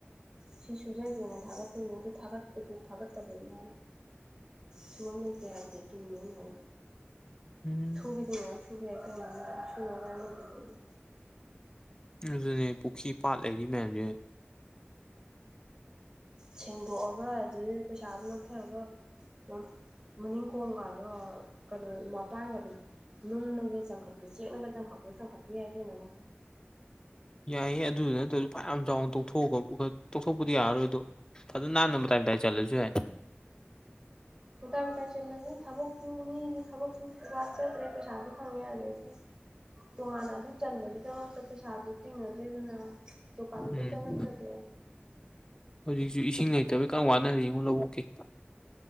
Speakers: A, on the right; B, on the left.
A: ꯁꯤꯁꯨ ꯖꯒꯦꯅ ꯊꯥꯒꯠꯇꯣꯏꯅꯦ ꯑꯗꯨ ꯊꯥꯒꯠꯄꯗꯨ ꯊꯥꯒꯠꯇꯕꯅꯦ ꯍꯥꯏꯕ ꯁꯨꯝ ꯂꯩꯇꯦ ꯍꯥꯏꯗꯦ ꯇꯅꯦ ꯍꯥꯏ
B: ꯎꯝ
A: ꯁꯨꯒꯦꯗꯤ ꯃꯌꯥꯝ ꯁꯨꯕ ꯌꯥꯏ ꯀꯩꯅꯣ ꯁꯨꯅꯕ ꯃꯌꯥꯝ ꯂꯩꯗꯨꯗꯤ
B: ꯑꯗꯨꯅꯦ ꯄꯨꯈ꯭ꯔꯤ ꯄꯥꯠ ꯂꯩꯔꯤ ꯃꯌꯥꯝꯖꯦ
A: ꯁꯦꯡꯗꯣꯛꯑꯒ ꯑꯗꯨ ꯄꯩꯁꯥꯕꯨ ꯂꯧꯊꯔꯒ ꯑꯗꯨꯝ ꯃꯅꯤꯡ ꯀꯣꯝꯒꯗꯣ ꯀꯩꯅꯣ ꯃꯇꯥꯟꯒꯗꯣ ꯅꯨꯡꯅꯒ ꯆꯟꯈꯠꯄ ꯆꯦꯛꯅꯒꯖꯪꯈꯠꯄ ꯆꯪꯈꯠꯄ ꯌꯥꯏ ꯀꯩꯅꯣ
B: ꯌꯥꯏꯌꯦ ꯑꯗꯨꯗꯨ ꯅꯠꯇ꯭ꯔꯁꯨ ꯐ ꯌꯥꯝ ꯆꯥꯎꯅ ꯇꯧꯊꯣꯛꯑꯒ ꯇꯣꯛꯊꯣꯛꯄꯗꯤ ꯌꯥꯔꯔꯣꯏꯗꯣ ꯐꯖꯥꯅ ꯅꯟꯅꯥ ꯃꯇꯥꯏ ꯃꯇꯥꯏ ꯆꯠꯂꯁꯨ ꯌꯥ
A: ꯃꯇꯥꯏ ꯃꯇꯥꯏ ꯆꯠꯂꯒꯦ ꯊꯕꯛꯁꯨꯨ ꯃꯤꯗꯨ ꯊꯕꯛꯁꯨꯨ ꯋꯥ ꯆꯠꯇ꯭ꯔꯦ ꯄꯩꯁꯥꯥꯁꯦ ꯐꯪꯉꯦ ꯑꯗꯩꯗꯤ ꯇꯣꯉꯥꯟꯅ ꯑꯗꯨ ꯆꯟꯕꯒꯤꯗꯃꯛꯇ ꯄꯩꯁꯥꯁꯨ ꯇꯤꯡꯅꯗ꯭ꯔꯦꯗꯅ ꯖꯣꯀꯥꯟꯗꯨꯗ
B: ꯎꯝ
A: ꯆꯪꯍꯟꯒꯗꯦ
B: ꯍꯧꯖꯤꯛꯁꯨ ꯏꯁꯤꯡ ꯂꯩꯇꯕꯩ ꯀꯟꯅꯥ ꯋꯥꯅꯔꯤ ꯉꯣ ꯂꯧꯕꯨꯛꯀꯤ